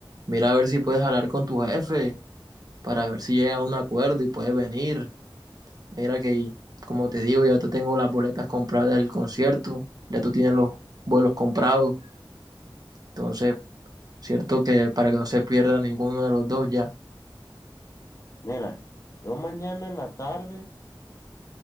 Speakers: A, on the right (about 45°); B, on the left (about 40°).
A: mira a ver si puedes hablar con tu jefe para ver si llega a un acuerdo y puedes venir. Mira que, como te digo, ya te tengo las boletas compradas del concierto, ya tú tienes los vuelos comprados, entonces, cierto que para que no se pierda ninguno de los dos ya.
B: Mira, yo mañana en la tarde,